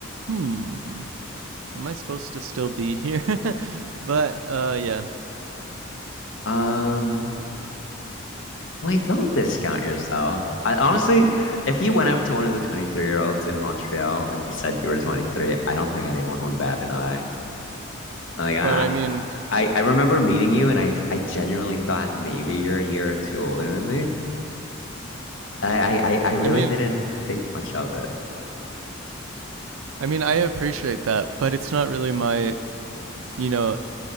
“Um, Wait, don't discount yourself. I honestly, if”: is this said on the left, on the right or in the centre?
Left